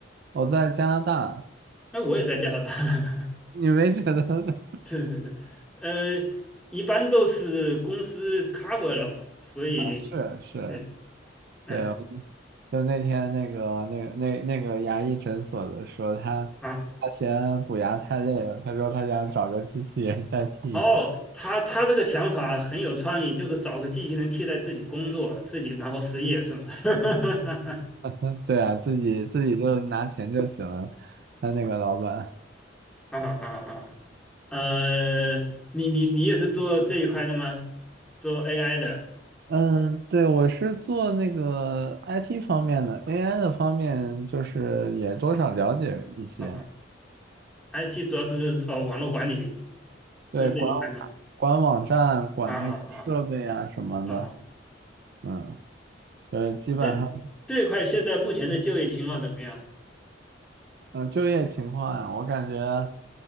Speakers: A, on the right; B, in the centre.
A: 我在加拿大，
B: 那我也在加拿大。
A: 你没觉得
B: <laughs> 对对对，呃，一般都是公司 cover 了嘛，所以
A: <laughs> 啊？是是，
B: 对，嗯
A: 对，就那天那个那个那那个牙医诊所的说他他嫌补牙太累了，
B: 啊。
A: 他说他想找个机器人代替。
B: 哦，
A: 一下。
B: 他他这个想法很有创意，就是找个机器人替代自己工作，自己然后失业是吗？<laughs>
A: 嗯，<laughs> 对啊，自己自己就拿钱就行了。他那个老板，
B: 啊啊啊！呃，你你你也是做这一块的吗？做 AI 的
A: 嗯，对，我是做那个 IT 方面的，AI 的方面就是也多少了解一些。
B: 啊，IT 主要是呃网络管理
A: 对，
B: 这这一块吗？
A: 管管网站、管那个设备啊什么的，
B: 啊啊啊啊！
A: 嗯，就是基本上。
B: 这这一块现在目前的就业情况怎么样？
A: 嗯，就业情况呀，我感觉，